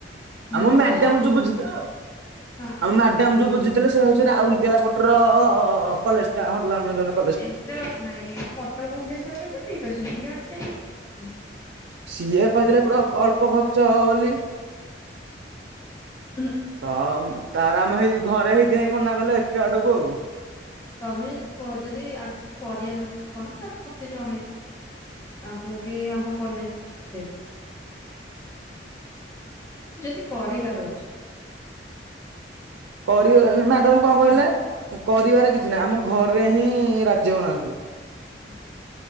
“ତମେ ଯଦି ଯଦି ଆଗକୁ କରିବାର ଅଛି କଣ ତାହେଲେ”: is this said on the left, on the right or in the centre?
Left